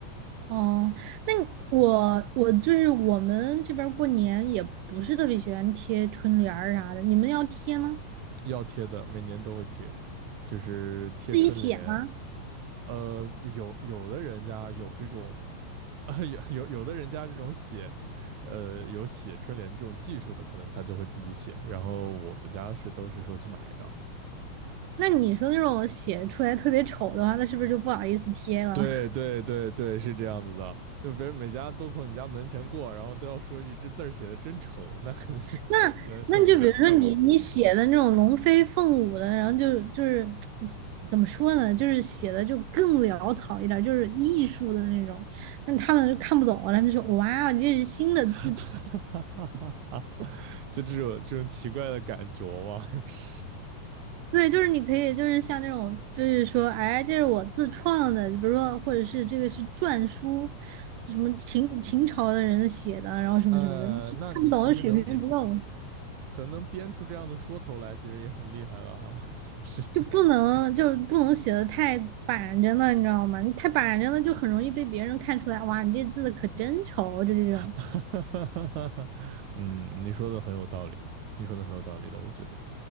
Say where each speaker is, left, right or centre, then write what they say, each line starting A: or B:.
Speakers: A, on the right; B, on the right.
A: 哦，那你我我就是我们这边儿过年也不是特别喜欢贴春联儿啥的，你们要贴吗？
B: 要贴的每年都会贴，就是贴春联，
A: 自己写吗？
B: 呃有有的人家有这种。<laughs> 啊，有 <laughs> 有有的人家这种写，呃，有写春联这种技术的，可能他就会自己写。然后我们家是都是说去买的。
A: 那你说那种写出来特别丑的话，那是不是就不好意思贴了？
B: 对对对对，是这样子的。就别人每家都从你家门前过，然后都要说一句“这字儿写的真丑”，那可能就
A: 那
B: <laughs> 可能就不会那么点了。
A: 那就比如说你你写的那种龙飞凤舞的，然后就就是怎么说呢，就是写的就更潦草一点就是艺术的那种，那他们就看不懂了，他们就说哇哦，你这是新的字体。
B: <laughs> 哈哈哈哈哈！就这种这种奇怪的感觉吧，就是。
A: 对，就是你可以，就是像那种，就是说，哎，这是我自创的，比如说，或者是这个是篆书，什么秦秦朝的人写的，然后什么什么的，
B: 呃，
A: 就看不懂，
B: 那你其实能
A: 水平不够。
B: 可能能编出这样的说头来，其实也很厉害了哈，<laughs> 就是。
A: 就不能就是不能写的太板着了，你知道吗？你太板着了就很容易被别人看出来，哇，你这字可真丑，就这种。
B: <laughs> 哈，嗯，你说的很有道理，你说的很有道理的，我觉得，